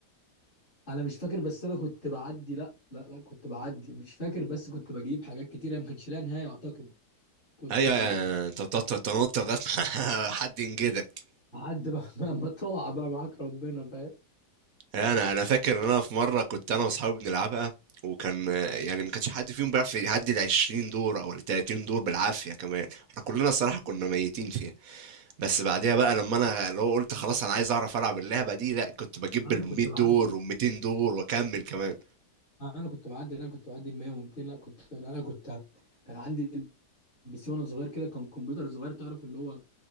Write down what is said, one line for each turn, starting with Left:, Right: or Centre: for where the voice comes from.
Left: انا مش فاكر بس انا كنت بعدي لا لا لا كنت بعدي مش فاكر بس كنت بجيب حاجات كتيره ما كانش لها نهايه اعتقد كنت
Right: ايوه
Left: ب-
Right: يعني
Left: ب-
Right: انت بتقعد تنط لغايه ما <laughs> حد ينجدك
Left: بعدي بقى <laughs> ما ما تقع بقى معاك ربنا فاهم
Right: انا انا فاكر ان انا في مره كنت انا واصحابي بنلعبها وكان يعني ما كانش حد فيهم بيعرف يعدي ال 20 دور او ال 30 دور بالعافيه كمان احنا كلنا الصراحه كنا ميتين فيها بس بعديها بقى لما انا اللي هو قلت خلاص انا عايز اعرف العب اللعبه دي لا كنت بجيب
Left: لا،
Right: ال
Left: انا
Right: 100
Left: كنت
Right: دور
Left: بعدي
Right: وال 200 دور واكمل كمان
Left: انا كنت بعدي لا، انا كنت بعدي ال 100 و200 لا كنت انا كنت كان عندي بي سي وانا صغير كده كان كمبيوتر صغير تعرف اللي هو